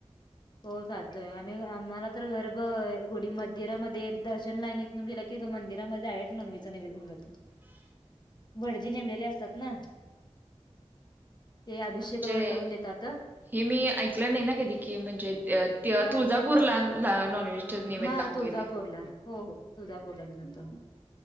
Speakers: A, on the left; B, on the right.
A: हो चालतोय आम्ही आम्हाला तर गर्भ गुडी मंदिरामध्ये दर्शन लायनित न गेलं की मंदिरामध्ये डायरेक्ट नॉनव्हेज नैवेद्य घेऊन जातात
B: हम्
A: भटजी नेमलेले असतात ना ते अभिषेक
B: म्हणजे
A: वगैरे करून देतात
B: हे मी ऐकलं नाही ना कधी की म्हणजे तुळजापूरला
A: हा देत
B: नॉनव्हेजच्या नैवेद्य
A: हा
B: लागतोय
A: तुळजापूरला
B: तेे
A: हो हो तुळजापूरला घेऊन जातो आम्ही